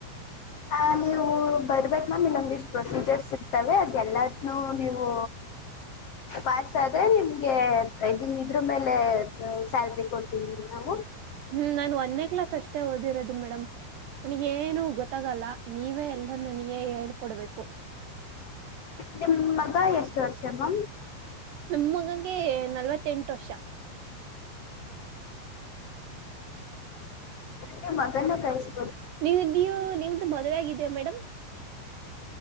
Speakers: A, on the left; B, on the right.
A: ಆ ನೀವು ಬರ್ಬೇಕ್ ಮ್ಯಾಮ್ ಇಲ್ಲೊಂದು ಇಷ್ಟು ಫರ್ನಿಚರ್ ಇರ್ತವೆ ಅದೆಲ್ಲದನು ನೀವು. ಪಾಸ್ ಆದ್ರೆ ನಿಮ್ಗೆ ನಿಮ್ ಇದ್ರ ಮೇಲೆ ಸ್ಯಾಲ್ರಿ ಕೊಡ್ತೀವಿ ನಾವು.
B: ಹ್ಮ್ ನಾನ್ ಒಂದೇ ಕ್ಲಾಸ್ ಅಷ್ಟೇ ಓದಿರೋದು ಮೇಡಮ್ ನನ್ಗ ಏನು ಗೊತ್ತಾಗಲ್ಲ. ನೀವೇ ಎಲ್ಲ ನನಗ ಹೇಳ್ಕೊಡ್ಬೇಕು.
A: ನಿಮ್ಮ ಮಗ ಎಷ್ಟು ವರ್ಷಮ್ಯಾಮ್
B: ನಮ್ಮ ಮಗನಿಗೆ ನಲ್ವತು ಎಂಟು ವರ್ಷ.
A: ನಿಮ್ಮ ಮಗನ ಕಳಿಸಿ.
B: ನೀ ನೀ ನಿಮ್ದ ಮದುವೆ ಆಗಿದಿಯಾ ಮೇಡಮ್.